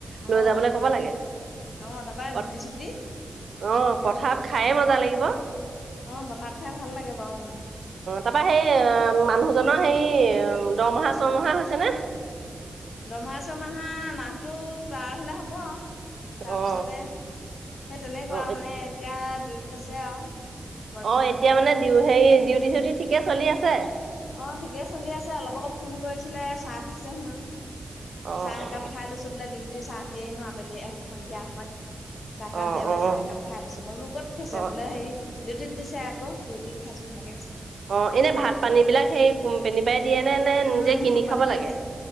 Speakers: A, on the right; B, on the left.
A: লৈ
B: অ
A: যাবলৈ কব লাগে।
B: অ' তাৰাপা
A: পথ
B: গুটি- চুটি।
A: অ' পথাৰত খায়ে মজা লাগিব। অ'
B: অ পথাৰত খাই ভাল লাগে বাৰু
A: তাৰপা সেই আহ। মানুহজনৰ হেৰি দৰমহা - ছমহা হৈছে নে?
B: দৰমহা - চৰমাহা নাহটো পাৰ হলে হব তাৰপিছতে
A: অ
B: সেই তেনেকুৱা
A: অ
B: আৰু মানে এতিয়া ডিউটিত আছে আৰু। বৰ্তমান
A: অ এতিয়া মানে দিউ হেৰি ডিউটি চিউটি ঠিকে চলি আছে?
B: অ ঠিকেই চলি আছে অলপ আগত ফোন কৰিছিলে চাহ খাইছে হেনো।
A: অ
B: চাহ একাপ
A: অ
B: খাই লৈছো বোলে ডিউটি চাহ দিয়ে নো আবেলি সন্ধিয়া সময়ত। চাহ একাপ
A: অ
B: দিয়া বোলে
A: অ
B: চাহ একাপ খাই লৈছো মই বোলো ক'ত খাইছো
A: অ
B: বোলে সেই ডিউটিত দিছে আকৌ ডিউটিত খাইছো তেনেকে কৈছে।
A: অ এনে ভাত পানী বিলাক সেই কোম্পনী পাই দিয়ে নে নিজে
B: উম
A: কিনি
B: কোম্পানীৰ
A: খাব
B: পৰাই
A: লাগে?
B: দিয়ে